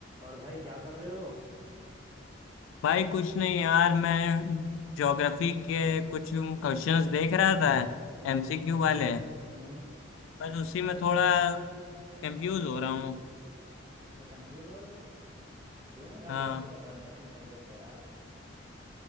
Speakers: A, on the right; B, on the left.
A: और भाई क्या कर रहे हो
B: भाई कुछ नहीं यार मैं ज्योग्राफी के कुछ क्वेश्चंस देख रहा था
A: हम्म,
B: एमसीक्यू वाले
A: हम्म
B: बस उसी में थोड़ा कंफ्यूज हो रहा हूँ
A: अच्छा कंफ्यूज हो रहे हो क्यों यार
B: हाँ
A: ज्योग्राफी तो बड़ा इंटरेस्टिंग सब्जेक्ट है यार